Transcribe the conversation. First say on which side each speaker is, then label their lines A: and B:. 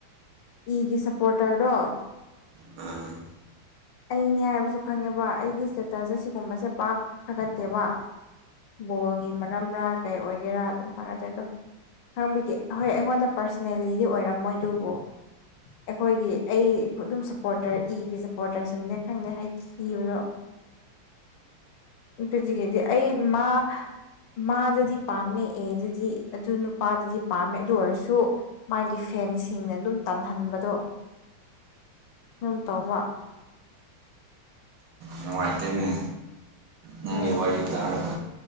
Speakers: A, on the left (about 75°); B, on the right (about 70°).
A: ꯏꯒꯤ ꯁꯞꯄꯣꯔꯇꯔꯗꯣ
B: ꯑ
A: ꯑꯩꯅꯦ ꯍꯥꯏꯕꯁꯨ ꯈꯪꯉꯦꯕ ꯑꯩꯗꯤ ꯏꯁꯇꯦꯇꯁꯁꯦ ꯁꯤꯒꯨꯝꯕꯁꯦ ꯄꯥꯛ ꯊꯥꯒꯠꯇꯦꯕ ꯕꯣꯜꯒꯤ ꯃꯔꯝꯔꯥ ꯀꯩ ꯑꯣꯏꯒꯦꯔꯥ ꯑꯗꯨꯝ ꯊꯒꯠꯇꯦ ꯑꯗꯣ ꯈꯥꯡꯕꯒꯦ ꯍꯣꯏ ꯑꯩꯉꯣꯟꯗ ꯄꯥꯔꯁꯅꯦꯜꯂꯤꯗꯤ ꯑꯣꯏꯔꯝꯃꯣꯏ ꯑꯗꯨꯕꯨ ꯑꯩꯈꯣꯏꯒꯤ ꯑꯩ ꯑꯗꯨꯝ ꯁꯞꯄꯣꯔꯇꯔ ꯏꯒꯤ ꯁꯞꯄꯣꯔꯠ ꯇ꯭ꯔꯁꯤꯡꯗ ꯈꯪꯗꯦ ꯍꯥꯏꯗꯤ ꯊꯤꯕꯗꯣ ꯄꯤꯖꯤꯒꯤꯗꯤ ꯑꯩ ꯃꯥ ꯃꯥꯗꯗꯤ ꯄꯥꯝꯃꯦ ꯑꯦ ꯑꯗꯨꯗꯤ ꯑꯗꯨ ꯅꯨꯄꯥꯗꯨꯗꯤ ꯄꯥꯝꯃꯦ ꯑꯗꯨ ꯑꯣꯏꯔꯁꯨ ꯃꯥꯒꯤ ꯐꯦꯟꯁꯤꯡꯅ ꯑꯗꯨꯝ ꯇꯟꯍꯟꯕꯗꯣ ꯑꯗꯨꯝ ꯇꯧꯕ
B: ꯅꯨꯡꯉꯥꯏꯇꯦꯅꯦ ꯅꯪꯒꯤ
A: ꯍꯣꯏ
B: ꯋꯥꯔꯤ ꯇꯥꯔꯒ